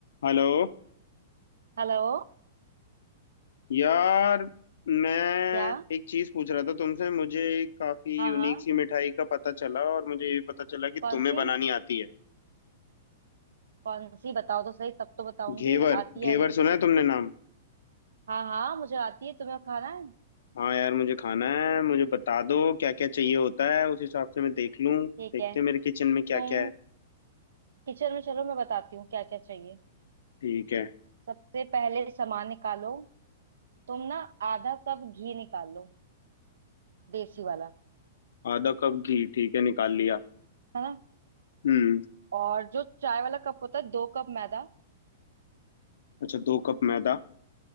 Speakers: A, on the left; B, on the right.
A: हेलो
B: हेलो
A: यार मैं
B: क्या
A: एक चीज पूछ रहा था तुमसे मुझे एक काफी
B: हाँ
A: यूनिक
B: हाँ
A: सी मिठाई का पता चला और मुझे ये भी पता चला कि
B: कौन
A: तुम्हें
B: सी
A: बनानी आती है
B: कौन सी बताओ तो सही तब तो बताऊंगी
A: घेवर
B: आती है
A: घेवर
B: या नहीं
A: सुना है तुमने नाम
B: हाँ हाँ मुझे आती है तुम्हें खाना है
A: हाँ यार मुझे खाना है मुझे बता दो क्या क्या चाहिए होता है उस हिसाब से मैं देख लूँ देखते
B: ठीक है
A: हैं मेरे किचन में क्या
B: तुम
A: क्या है
B: किचन में चलो मैं बताती हूँ क्या क्या चाहिए
A: ठीक है
B: सबसे पहले सामान निकालो तुम ना आधा कप घी निकालो देसी वाला
A: आधा कप घी ठीक है निकाल लिया
B: है ना
A: हम्म
B: और जो चाय वाला कप होता है दो कप मैदा
A: अच्छा दो कप मैदा